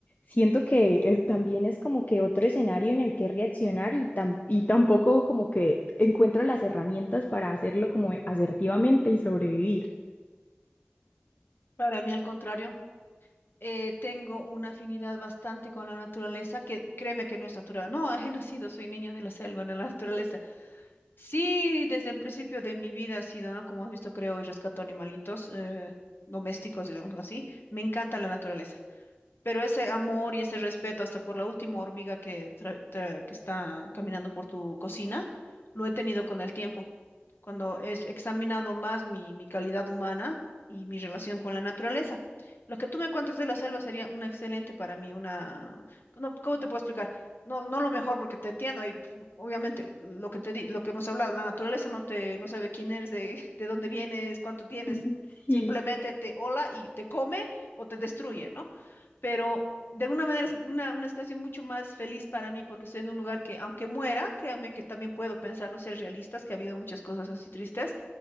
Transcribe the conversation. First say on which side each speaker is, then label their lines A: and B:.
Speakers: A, on the left; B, on the left.
A: Siento que eh, también es como que otro escenario en el que reaccionar y, tam- y tampoco como que encuentro las herramientas para hacerlo como asertivamente y sobrevivir.
B: Para mí, al contrario. eh, tengo una afinidad bastante con la naturaleza, que créeme que no es natural. No, <laughs> he nacido, soy niña de la selva, de la naturaleza Sí, desde el principio de mi vida ha sido, ¿no? Como has visto, creo y rescato animalitos eh, domésticos, digámoslo así. Me encanta la naturaleza, pero ese amor y ese respeto hasta por la última hormiga que, tra- tra- que está caminando por tu cocina, lo he tenido con el tiempo cuando es examinado más mi, mi calidad humana y mi relación con la naturaleza. Lo que tú me cuentas de la selva sería una excelente para mí, una... no, ¿cómo te puedo explicar? No, no lo mejor porque te entiendo y pf, obviamente lo que te di, lo que hemos hablado, la naturaleza no te, no sabe quién eres, de, <laughs> de dónde vienes, cuánto tienes,
A: <laughs> Sí.
B: simplemente te hola y te come o te destruye, ¿no? pero de alguna manera es una, una situación mucho más feliz para mí porque estoy en un lugar que, aunque muera, créanme que también puedo pensar, no ser realistas, que ha habido muchas cosas así tristes